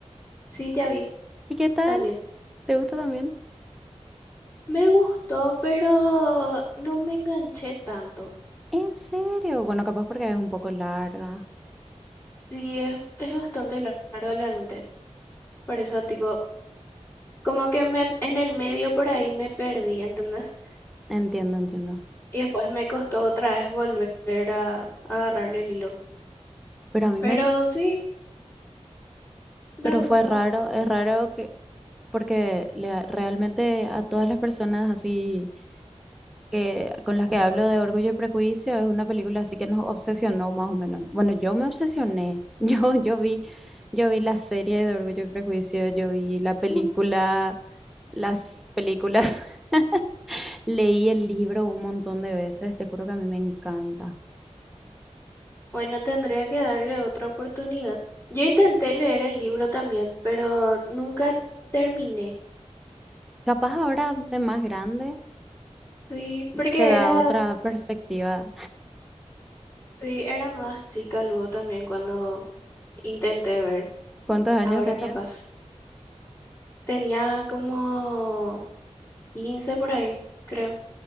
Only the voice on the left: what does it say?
Sí, ya vi
también.
Me gustó, pero no me enganché tanto.
Sí, es, es bastante lar- larga realmente. Por eso, tipo, como que me en el medio por ahí me perdí, ¿entendés?
Y después me costó otra vez volver a agarrarle el hilo.
Pero
sí, da
gusto.
<laughs>
Bueno, tendría que darle otra oportunidad. Yo intenté leer el libro también, pero nunca terminé.
Sí, porque
era,
sí, era más chica luego también cuando intenté ver.
Ahora
capaz. Tenía como 15 por ahí, creo.